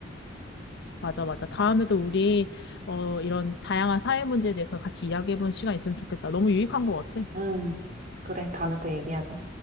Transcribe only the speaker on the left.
맞아, 맞아. 다음에도 우리 어 이런 다양한 사회 문제에 대해서 같이 이야기해보는 시간 있으면 좋겠다. 너무 유익한 것 같아.